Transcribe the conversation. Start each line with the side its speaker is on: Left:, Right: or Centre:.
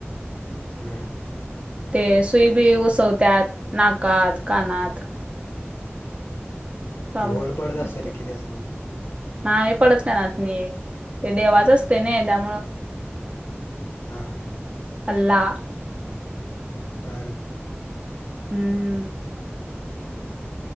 Left: हम्म हम्.
Right: ते सुई बी घुसवतात नाकात कानात चालू
Left: माहोल बड द असेल
Right: असते
Left: की त्यास नी
Right: नाही हे पडत त्यानासनी ते देवाच असते ना त्यामुळं
Left: हम हम
Right: अला.
Left: परवा
Right: हम्म